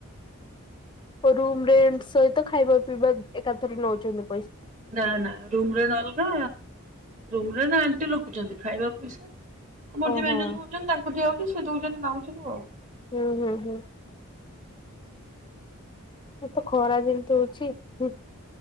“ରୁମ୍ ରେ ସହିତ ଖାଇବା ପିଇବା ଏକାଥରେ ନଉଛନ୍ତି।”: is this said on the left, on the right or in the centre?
Left